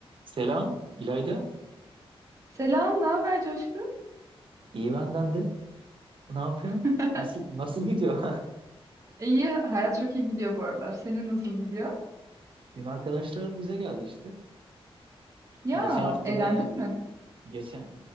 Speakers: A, on the right; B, on the right.
A: Selam İlayda.
B: Selam, ne haber Coşku?
A: İyi benden de. Ne yapıyorsun?
B: <laughs>
A: Nasıl nasıl gidiyor?
B: İyi, hayat çok iyi gidiyor bu aralar. Senin nasıl gidiyor?
A: <laughs> Dün arkadaşlar bize geldi işte.
B: Ya,
A: Geçen hafta
B: eğlendin
A: da e,
B: mi?
A: geçen